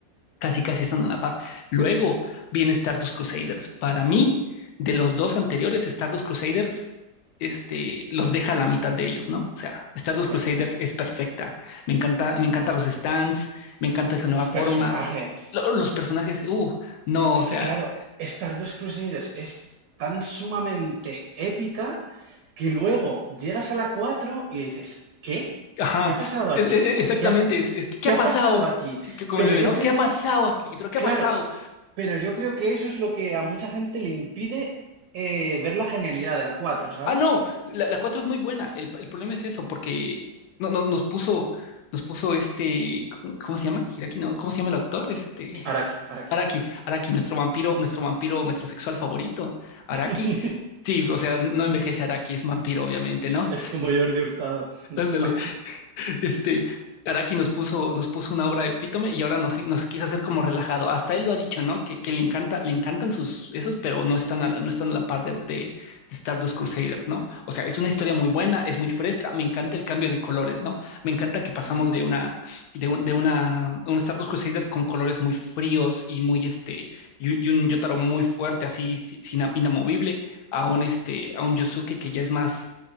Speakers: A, on the left; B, on the right.
A: casi casi están a la par. Luego viene Stardust Crusaders. Para mí, de los dos anteriores, Stardust Crusaders, este, los deja a la mitad de ellos, ¿no? O sea, Stardust
B: Claro.
A: Crusaders es perfecta. Me encanta, me encantan los stands, me encanta esa nueva
B: Los personajes.
A: forma. Lo- Los personajes, uh, no,
B: Es
A: o sea,
B: que, claro, Stardust Crusaders es tan sumamente épica que luego llegas a la 4 y dices, ¿qué?
A: ajá,
B: ¿Qué ha pasado aquí?
A: es- es- exactamente,
B: ¿Qué ha,
A: es, es que ¿qué
B: qué
A: ha
B: ha
A: pasado?
B: pasado aquí?
A: Que- que como
B: Pero
A: el meme,
B: yo
A: ¿no?
B: creo,
A: ¿Qué ha pasado aquí? ¿Pero qué
B: claro,
A: ha pasado?
B: Pero yo creo que eso es lo que a mucha gente le impide eh, ver la genialidad de la cuatro, ¿sabes?
A: Ah, no, la, la 4 es muy buena. El, el problema es eso, porque no, no, nos puso, nos puso este, ¿cómo cómo se llama? Hiraki, no, ¿cómo se llama el autor? Este,
B: Araki, Araki.
A: Araki, Araki, nuestro vampiro, nuestro vampiro metrosexual favorito. Araki,
B: <laughs>
A: sí, o sea, no envejece Araki, es vampiro, obviamente, ¿no?
B: es como Jordi Hurtado de
A: Ándale,
B: España.
A: este, Araki nos puso, nos puso una obra epítome y ahora nos, nos quiso hacer como relajado. Hasta él lo ha dicho, ¿no? Que, que le encanta, le encantan sus esos, pero no están a la, no están a la par de, de, de Stardust Crusaders, ¿no? O sea, es una historia muy buena, es muy fresca, me encanta el cambio de colores, ¿no? Me encanta que pasamos
B: Ujú.
A: de una, de un, de una, un Stardust Crusaders con colores muy fríos y muy este, y, y un Yotaro muy fuerte, así, si- sin- inamovible, a un este, a un Yosuke que ya es más,